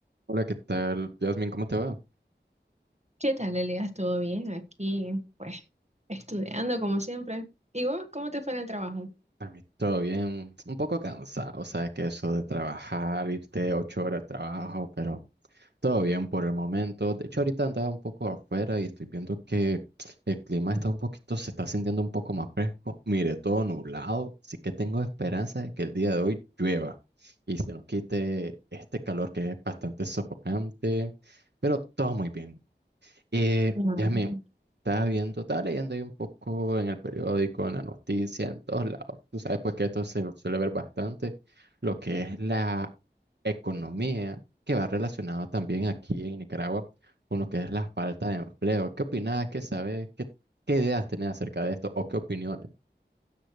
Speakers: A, on the right; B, on the right.
A: Hola, ¿qué tal? Yasmin, ¿cómo te va?
B: ¿Qué tal, Elías? ¿Todo bien? Aquí, pues, estudiando como siempre. ¿Y vos, cómo te fue en el trabajo?
A: A mí todo bien, un poco cansado, sabes que eso de trabajar, irte ocho horas al trabajo, pero todo bien por el momento. De hecho, ahorita andaba un poco afuera y estoy viendo que el clima está un poquito, se está sintiendo un poco más fresco. Mire, todo nublado, así que tengo esperanza de que el día de hoy llueva y se nos quite este calor que es bastante sofocante, pero todo muy bien. Eh,
B: Mm.
A: Yasmin, estaba viendo, estaba leyendo ahí un poco en el periódico, en la noticia, en todos lados. Tú sabes pues que esto se suele ver bastante, lo que es la economía, que va relacionado también aquí en Nicaragua con lo que es la falta de empleo. ¿Qué opinas? ¿Qué sabes? ¿Qué, qué ideas tenés acerca de esto o qué opiniones?